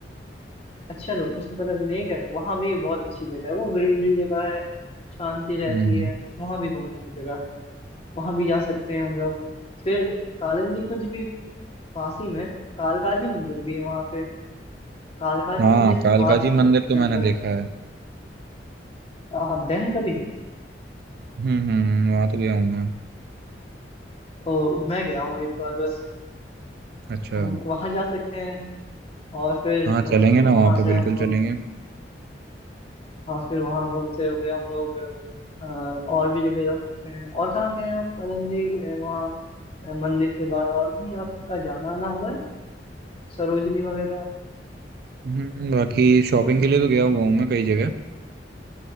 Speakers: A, on the left; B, on the right.
A: अच्छा लोटस टेम्पल अभी नहीं गए वहाँ भी बहुत अच्छी जगह है वो ग्रीनरी जगह है शांति रहती
B: हम्म
A: है वहाँ भी घूमने की जगह है वहाँ भी जा सकते हैं हम लोग फिर कालिंदी कुंज भी पास ही में कालकाजी मंदिर भी है वहाँ पे कालकाजी
B: हाँ
A: मंदिर से
B: कालका
A: पास
B: जी
A: है
B: मंदिर
A: लोटस
B: तो
A: टेम्पल
B: मैंने देखा है
A: आप गए हैं कभी
B: हम्म हम्म हम्म, वहाँ तो गया हूँ मैं
A: तो मैं गया हूँ एक बार बस
B: अच्छा
A: हम वहां जा सकते हैं और फिर
B: हाँ
A: वहां
B: चलेंगे ना वहाँ पे
A: से
B: बिल्कुल
A: हम लोग
B: चलेंगे
A: हाँ फिर वहां घूमते हुए हम लोग अ, और भी जगह जा सकते हैं और कहाँ गए हैं आप आनंद जी अ, वहाँ अ, मंदिर के बाद और भी आपका जाना आना हुआ है सरोजनी वगैरह
B: हम्म हम्म, बाकी शॉपिंग के लिए तो गया हुआ हूँ मैं कई जगह